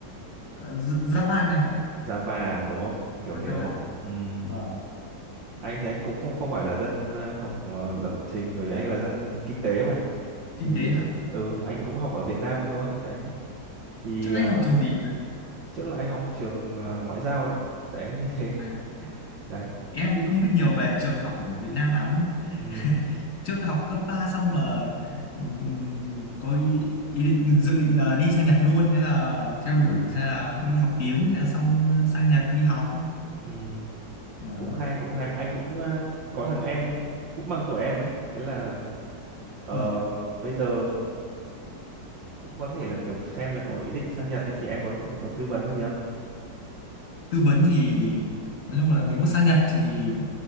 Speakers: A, on the left (about 45°); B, on the right (about 80°).
A: Ờ, J- Java anh ạ
B: Java à, đúng không kiểu
A: À,
B: thế
A: Java
B: đúng không Ừm,
A: vâng
B: anh thì anh cũng không không phải là dân ờ, học ờ, lập trình bởi vì anh là dân kinh, kinh tế mà thì
A: kinh tế học
B: ừ anh cũng học ở Việt Nam thôi đấy thì
A: trước anh
B: ờ,
A: học trường gì rồi đấy
B: trước là anh học trường ờ, ngoại giao em ạ đấy như thế
A: À,
B: <laughs> đấy
A: em thì không biết nhiều về trường học ở Việt Nam lắm
B: Ừm,
A: <laughs> trước học cấp 3 xong là ừm, có ý, ý định dự định là đi sang Nhật luôn thế là theo đuổi thế là đi học tiếng thế là xong sang Nhật đi học
B: ừm,
A: vâng,
B: cũng hay cũng hay anh cũng ờ, có thằng em cũng bằng tuổi em đấy thế là Ờ,
A: vâng.
B: bây giờ cũng có thể là kiểu xem là có ý định sang Nhật đấy thì em có có tư vấn gì không?
A: tư vấn thì nói chung là nếu mà sang Nhật thì